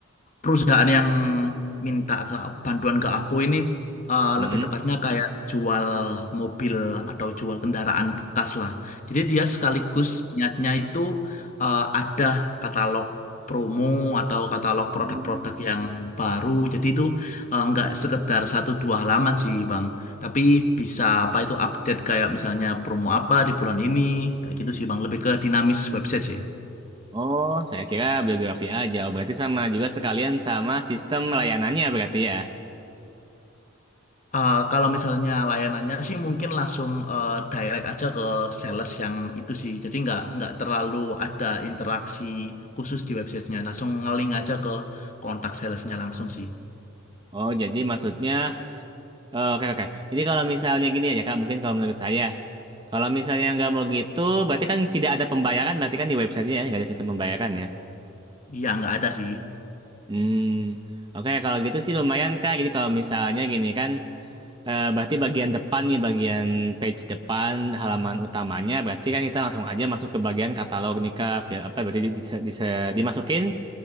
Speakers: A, on the left; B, on the right.
A: perusahaan yang minta ke bantuan ke aku ini eh,
B: -mm.
A: lebih tepatnya kayak jual mobil atau jual kendaraan bekas lah. Jadi dia sekaligus niatnya itu eh, ada katalog promo atau katalog
B: Hmm.
A: produk-produk yang baru. Jadi itu eh, nggak sekedar satu dua halaman sih Bang, tapi bisa apa itu update kayak misalnya promo apa di bulan ini, kayak gitu sih Bang. Lebih ke dinamis website sih.
B: Oh, saya kira biografi aja. Oh, Berarti sama juga sekalian sama sistem layanannya berarti ya.
A: Eh, kalau misalnya layanannya sih mungkin langsung eh, direct aja ke sales yang itu sih. Jadi nggak nggak terlalu ada interaksi khusus di websitenya. Langsung ngeling aja ke kontak salesnya langsung sih.
B: Oh, jadi maksudnya, oh, oke oke. Jadi kalau misalnya gini aja Kak, mungkin kalau menurut saya, kalau misalnya nggak mau gitu, berarti kan tidak ada pembayaran, berarti kan di websitenya ya, nggak ada sistem pembayaran ya.
A: Iya nggak ada sih.
B: Hmm, oke kalau gitu sih lumayan Kak. Jadi kalau misalnya gini kan, eh, berarti bagian depan nih, bagian page depan halaman utamanya, berarti kan kita langsung aja masuk ke bagian katalog nih Kak. Fil- Apa berarti di- di- di- dimasukin.